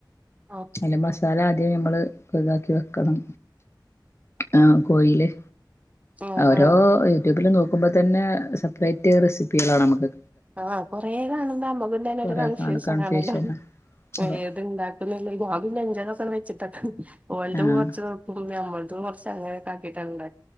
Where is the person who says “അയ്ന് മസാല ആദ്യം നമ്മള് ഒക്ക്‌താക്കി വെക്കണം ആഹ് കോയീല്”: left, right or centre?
Left